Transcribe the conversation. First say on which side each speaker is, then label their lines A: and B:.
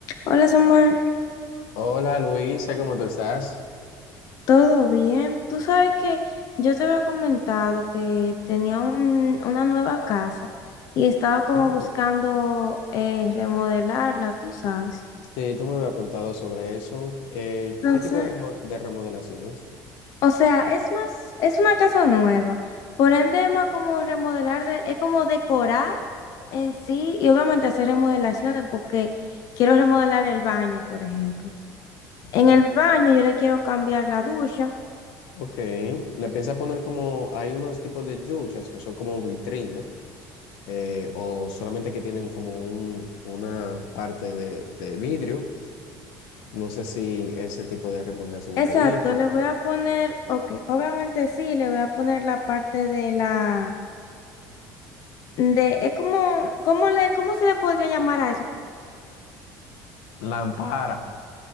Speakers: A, on the left; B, on the left.
A: Hola, Samuel.
B: Hola Luisa, ¿cómo tú estás?
A: ¿Todo bien? Tú sabes que yo te había comentado que tenía un- una nueva casa y estaba como
B: Hey,
A: buscando eh, remodelarla, tú sabes.
B: Sí, tú me habías contado sobre eso. Eh,
A: Entonces,
B: ¿qué tipo de, remo- de remodelaciones?
A: o sea, es más, es una casa nueva. Por ende, es más como remodelar, de- es como decorar en sí y obviamente hacer remodelaciones porque quiero remodelar el baño, por ejemplo. En el baño yo le quiero cambiar la ducha.
B: Ok, le piensas poner como, hay unos tipos de duchas que son como vitrina eh, o solamente que tienen como un, una parte de, de vidrio. No sé si ese tipo de remodelaciones
A: Exacto,
B: que dice.
A: le voy a poner, ok, obviamente sí, le voy a poner la parte de la, de, es como, ¿cómo le, cómo se le podría llamar a eso?
B: Lampara,